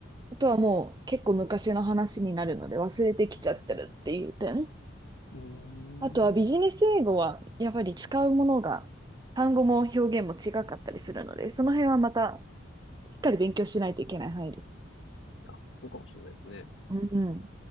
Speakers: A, on the right; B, on the left.
A: あとはもう結構昔の話になるので忘れてきちゃってるっていう点。
B: うー
A: あとはビジネス英語はやっぱり使うものが単語も表現も違かったりするので、
B: ん。
A: その辺はまたしっかり勉強しないといけない範囲です。
B: あ、そうかもしれないですね。
A: うん、